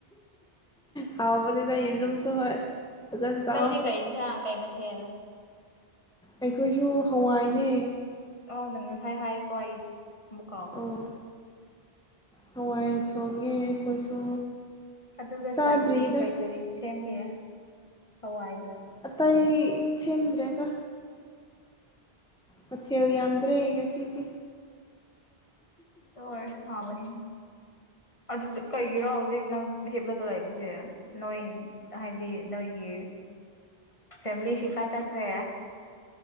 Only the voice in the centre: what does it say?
ꯍꯥꯎꯕꯅꯤꯗ ꯌꯦꯔꯨꯝꯁꯨ ꯍꯣꯏ ꯐꯖꯅ ꯆꯥꯎ
ꯑꯩꯈꯣꯏꯁꯨ ꯍꯋꯥꯏꯅꯦ
ꯑꯣ ꯍꯋꯥꯏ ꯊꯣꯡꯉꯦ ꯑꯩꯈꯣꯏꯁꯨ
ꯆꯥꯗ꯭ꯔꯤꯗ
ꯑꯇꯩ ꯁꯦꯝꯗ꯭ꯔꯦꯗ ꯃꯊꯦꯜ ꯌꯥꯝꯗ꯭ꯔꯦ ꯉꯁꯤꯗꯤ